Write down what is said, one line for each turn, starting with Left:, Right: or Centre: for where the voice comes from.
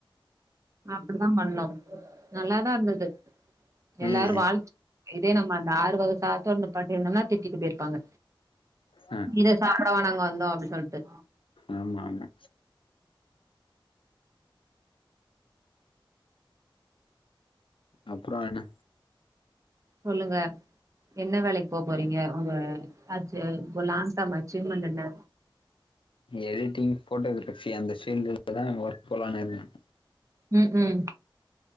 Right: நா அப்டித்தான் பண்ணோம் நல்லாதான் இருந்தது எல்லாரும்
Left: ம்
Right: வாழ் இதே நம்ம அந்த ஆறு வக சாதத்தோட நிப்பாட்டிட்ருந்தோம்னா திட்டிட்டு போயிருப்பாங்க
Left: அ
Right: இத சாப்படவா நாங்க வந்தோம் அப்டின்னு சொல்லிட்டு
Left: ஆமா ஆமா அப்பறோ என்ன
Right: சொல்லுங்க என்ன வேலைக்கு போ போறீங்க உங்க ஆச்சி லாங் டைம் அச்சீவ்மெண்ட் என்ன
Left: எடிட்டிங் போட்டோகிராஃபி அந்த பீல்டுலதான் ஒர்க் போலான்னு இருந்தேன்
Right: ம் ம்